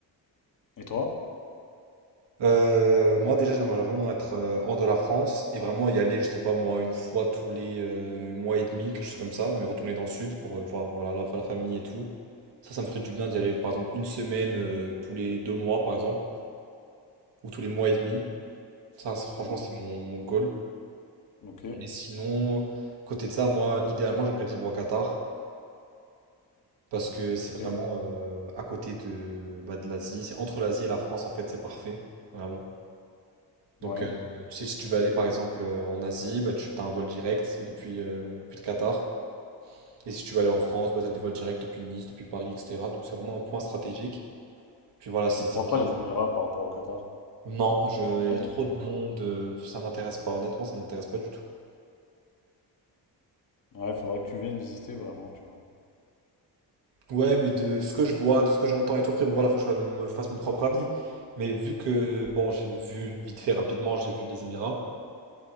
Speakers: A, on the left; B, on the right.
A: Et toi?
B: Euh, moi, déjà, j'aimerais vraiment être euh, hors de la France et vraiment y aller, je sais pas moi, une fois tous les euh, mois et demi, quelque chose comme ça, mais retourner dans le sud pour euh, voir voilà, la, la famille et tout. Ça, ça me ferait du bien d'y aller, par exemple, une semaine euh, tous les deux mois, par exemple, ou tous les mois et demi. Ça, c'est- franchement,
A: Mm.
B: c'est mon, mon goal.
A: Ok,
B: Et sinon, à côté de ça, moi, idéalement, j'aimerais vivre au Qatar. Parce que c'est vraiment
A: ok.
B: euh, à côté de, bah, de l'Asie. C'est entre l'Asie et la France, en fait, c'est parfait. Vraiment.
A: Ouais.
B: Donc, euh, tu sais, si tu veux aller, par exemple, euh, en Asie, bah, tu as un vol direct depuis, euh, depuis le Qatar. Et si tu veux aller en France, bah, tu as des vols directs depuis Nice, depuis Paris, etc. Donc, c'est vraiment un point stratégique. Puis voilà, c'est
A: Et pourquoi
B: c'est bien.
A: pas les Émirats par rapport au Qatar?
B: Non, je...
A: Pareil
B: il y a trop
A: en soi.
B: de monde. euh, ça m'intéresse pas. Honnêtement, ça m'intéresse pas du tout.
A: Ouais, faudrait que tu viennes visiter vraiment, tu vois.
B: Ouais, mais de ce que je vois, de ce que j'entends et tout, après, bon, voilà, faut que je me me fasse mon propre avis. Mais vu que, bon, j'ai vu vite fait rapidement, j'ai vu les Émirats.